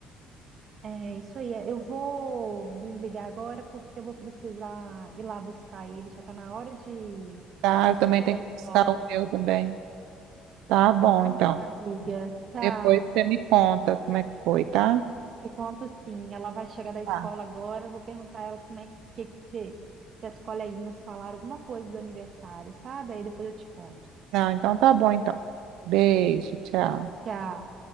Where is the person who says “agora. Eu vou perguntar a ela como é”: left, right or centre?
Right